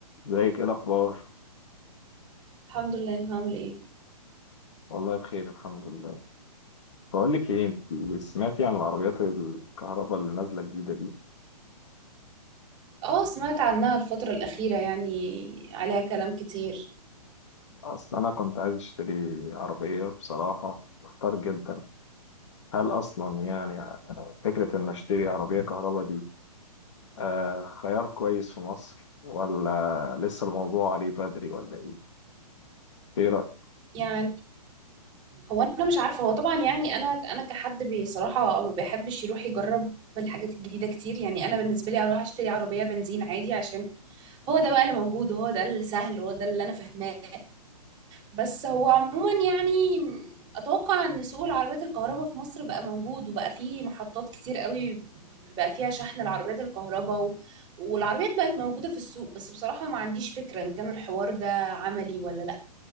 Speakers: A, on the left; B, on the right.
A: ازيك ايه الاخبار
B: الحمد لله انت عامل ايه
A: والله بخير الحمد لله بقول لك ايه انت سمعتي عن العربيات الكهرباء اللي نازله جديده دي
B: اه سمعت عنها الفترة الأخيرة يعني عليها كلام كتير
A: اصل انا كنت عايز اشتري عربيه بصراحه محتار جدا هل اصلا يعني فكره ان اشتري عربيه كهرباء دي آه خيار كويس في مصر ولا لسه الموضوع عليه بدري ولا ايه ايه رايك
B: يعني هو انا مش عارفة هو طبعا يعني انا انا كحد بصراحة ما بيحبش يروح يجرب الحاجات الجديدة كتير يعني انا بالنسبة لي اروح اشتري عربية بنزين عادي عشان هو ده بقى اللي موجود وهو ده السهل وهو ده اللي انا فاهماه بس هو عموما يعني اتوقع ان سوق العربيات الكهرباء في مصر بقى موجود وبقى فيه محطات كتير قوي بقى فيها شحن العربيات الكهرباء و... والعربيات بقت موجودة في السوق بس بصراحة ما عنديش فكرة ان كان الحوار ده عملي ولا لا